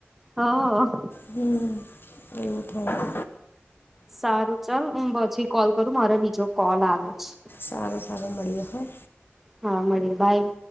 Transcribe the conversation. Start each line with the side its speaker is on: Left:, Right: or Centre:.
Centre: હ.
Left: હ એવું થાય
Centre: સારું ચાલ હું પછી કોલ કરું મારે બીજો કોલ આવે છે.
Left: સારું સારું મળડીએ હા.
Centre: હા મળીએ બાય.